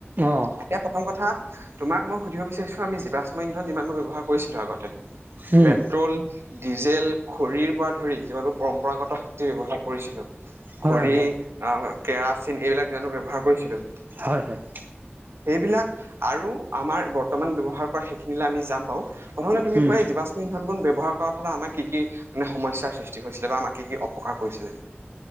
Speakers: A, on the right; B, on the right.
A: অ',
B: এতিয়া প্ৰথম কথা, তোমাক মই সুধিব বিচাৰিছোঁ, আমি জীৱাশ্ম ইন্ধন যিমানবোৰ ব্যৱহাৰ কৰিছিলোঁ আগতে-
A: উম
B: পেট্ৰ'ল ডিজেল, খৰিৰ পৰা ধৰি, যিমানোৰ পৰম্পৰাগত শক্তি ব্যৱহাৰ কৰিছিলোঁ-
A: হয়
B: খৰি
A: হয়
B: আ' কেৰাচিন, এইবিলাক জিমানো ব্যৱহাৰ কৰিছিলোঁ-
A: হয় হয় হয়
B: সেইবিলাক আৰু আমাৰ বৰ্তমান ব্যৱহাৰ কৰা সেইখিনিলে আমি যাম বাৰু। প্ৰথমতে তুমি
A: উম
B: কোৱা, এই জীৱাশ্ম ইন্ধনবোন ব্য- ৱ্যৱহাৰ কৰাৰ ফালৰ পৰা আমাৰ কি কি মানে, সমস্যাৰ সৃষ্টি হৈছিলে বা আমাক কি কি অপকাৰ কৰিছিলে?